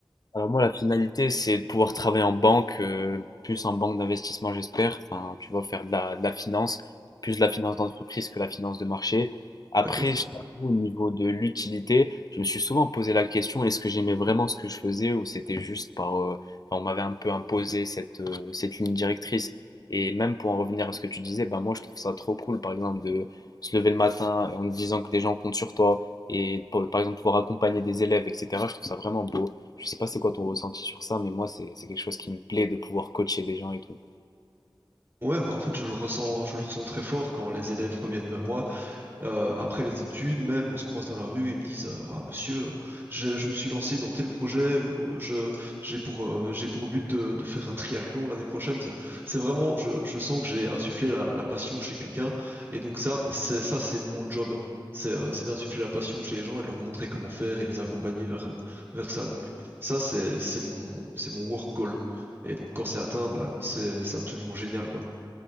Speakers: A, on the left (about 45°); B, on the right (about 25°).
A: Alors moi, la finalité, c'est de pouvoir travailler en banque, euh, plus en banque d'investissement, j'espère. Enfin, tu vas faire de la, de la finance, plus de la finance d'entreprise que la finance de marché. Après,
B: D'accord?
A: je t'avoue, au niveau de l'utilité, je me suis souvent posé la question, est-ce que j'aimais vraiment ce que je faisais ou c'était juste par... euh, enfin, on m'avait un peu imposé cette, euh, cette ligne directrice. Et même pour en revenir à ce que tu disais, bah moi, je trouve ça trop cool, par exemple, de se lever le matin en te disant que des gens comptent sur toi et, pour- par exemple, pouvoir accompagner des élèves, etc. Je trouve ça vraiment beau. Je sais pas c'est quoi ton ressenti sur ça, mais moi, c'est c'est quelque chose qui me plaît de pouvoir coacher des gens et tout.
B: Ouais, mais en fait, je le ressens, je le ressens très fort quand les élèves reviennent vers moi. Euh, après les études, même, on se croise dans la rue et ils me disent euh, Ah monsieur, euh, je, je me suis lancé dans tel projet ou euh, je j'ai pour euh, j'ai pour but de, de faire un triathlon l'année prochaine. C'est c'est vraiment, je, je sens que j'ai insufflé la, la passion chez quelqu'un et donc ça, ben, c'est ça, c'est mon job. C'est euh, c'est d'insuffler la passion chez les gens et de leur montrer comment faire et de les accompagner vers vers ça. Donc ça, c'est c'est mon c'est mon work goal. Et donc quand c'est atteint, bah c'est c'est absolument génial quoi.